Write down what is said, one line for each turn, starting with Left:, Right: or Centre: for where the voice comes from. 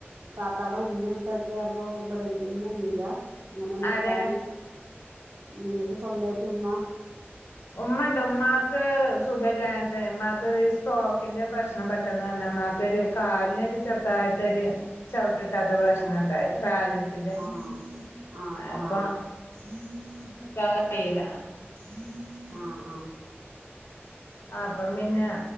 Right: താത്തയുടെ ഉമ്മ, ഉപ്പയെക്കെ അപ്പൊ ഇവിടെ ഉമ്മ ഒന്നും ഇല്ല ഇങ്ങനെ നിക്കാന്
Left: ആരാ
Right: നിങ്ങക്ക് സ്വന്തമായിട്ട് ഉമ്മ
Left: ഉമ്മണ്ട് ഉമ്മാക്ക് സുഖല്ലാഞ്ഞിട്ട് ഉമ്മാക്ക് ഈ സ്റ്റോക്കിന്റെ പ്രശ്ന ണം പെട്ടെന്ന് വന്നതാ. ഉമ്മക്ക് ഒരു കാലിന് ഒരു ചെറുതായിട്ട് ഒരു ചവിട്ടിട്ടാത്ത പ്രശ്നുണ്ടായി.
Right: ആഹ്
Left: ബാലൻസിന്റെ
Right: ആഹ് ആഹ്
Left: അപ്പൊ
Right: <unintelligible>
Left: നിക്കാൻ കഴിയുല
Right: ആ
Left: അപ്പം പിന്നെ